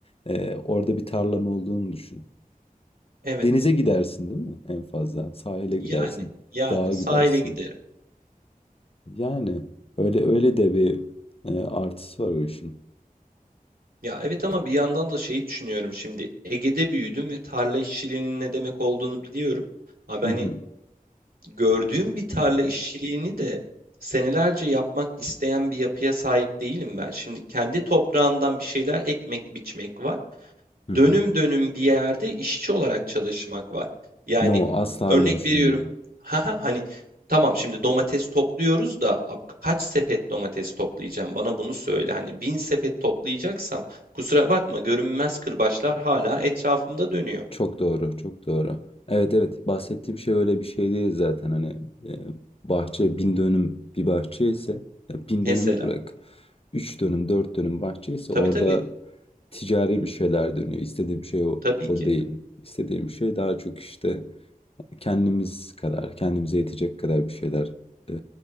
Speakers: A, on the left; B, on the right.
A: e, orada bir tarlan olduğunu düşün.
B: evet.
A: Denize gidersin değil mi en fazla? Sahile gidersin,
B: Yani, yani
A: dağa
B: sahile
A: gidersin.
B: giderim.
A: Yani öyle öyle de bir e, artısı var o işin.
B: Ya evet ama bir yandan da şeyi düşünüyorum şimdi. Ege'de büyüdüm ve tarla işçiliğinin ne demek olduğunu biliyorum. Abi
A: Hı
B: hani
A: hı,
B: gördüğüm bir tarla işçiliğini de senelerce yapmak isteyen bir yapıya sahip değilim ben. Şimdi kendi toprağından bir şeyler ekmek biçmek var.
A: hı hı.
B: dönüm dönüm bir yerde işçi olarak çalışmak var. Yani
A: No, asla
B: örnek
A: öyle düşünme.
B: veriyorum. <laughs> Haha, hani tamam şimdi domates topluyoruz da ab- kaç sepet domates toplayacağım? Bana bunu söyle. Hani bin sepet toplayacaksam kusura bakma görünmez kırbaçlar hala etrafımda dönüyor.
A: Çok doğru, çok doğru. Evet evet bahsettiğim şey öyle bir şey değil zaten hani e, bahçe bin dönüm bir bahçe ise e, bin
B: Mesela.
A: dönümü bırak. Üç dönüm dört dönüm bahçe ise
B: Tabii
A: orada
B: tabii.
A: ticari bir şeyler dönüyor. İstediğim şey o,
B: Tabii
A: o
B: ki.
A: değil. İstediğim şey daha çok işte kendimiz kadar kendimize yetecek kadar bir şeyler e,